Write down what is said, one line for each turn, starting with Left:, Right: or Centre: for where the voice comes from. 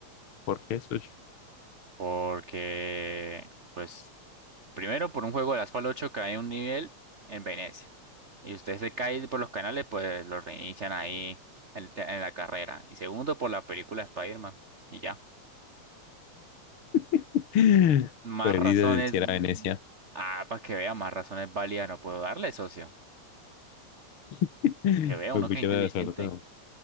Left: ¿Por qué, socio?
Right: Porque, pues, primero por un juego de Asphalt ocho cae un nivel en Venecia. Y usted se cae por los canales, pues lo reinician ahí en, te- en la carrera. Y segundo, por la película Spider-Man. Y ya.
Left: <laughs>
Right: Más
Left: Pues
Right: razones.
Left: sí, socio, si era
Right: mm,
Left: Venecia.
Right: Ah, para que vea, más razones válidas no puedo darle, socio.
Left: <laughs>
Right: Para que vea,
Left: Pues
Right: uno
Left: mucha
Right: que es inteligente.
Left: suerte.